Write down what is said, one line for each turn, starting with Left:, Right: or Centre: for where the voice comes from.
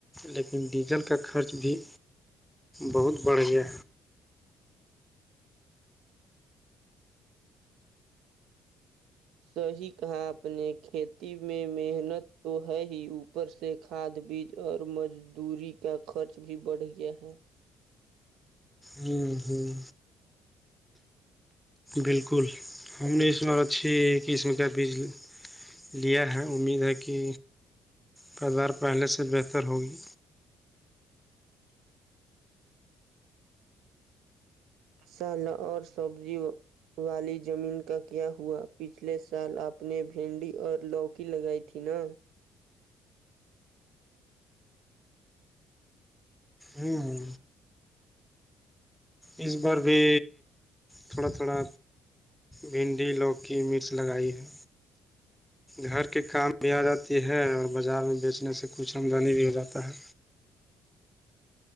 Centre: لیکن ڈیزل کا خرچ بھی بہت بڑھیا
Right: صی کہا اپ نے کھیتی میں محنت تو ہے ہی اوپر ار سے کھاد بیج اور مزدوری کا خرچ بھی بڑھ گیا ہے
Centre: ھمم ھمم بالکل ہم نے اسناا چھ قسم کا بیج <unintelligible> لیا ہے امید ہے کہ توار پہلے سے بہتر ہوگی
Right: مسالا اور سبزی والی زمین کا کیا ہوا پچھلے سال آپ نے بینڈی اور لوگ کی لگائی تھی نہ
Centre: ھمم اس بار بھی تھوڑا تھوڑا بھنڈی لو کی مرچ لگائی ہے گھر کے کام بھی آ جاتی ہے اور بازار میں بیچنے سے کچھ آمدنی بھی ہو جاتا ہے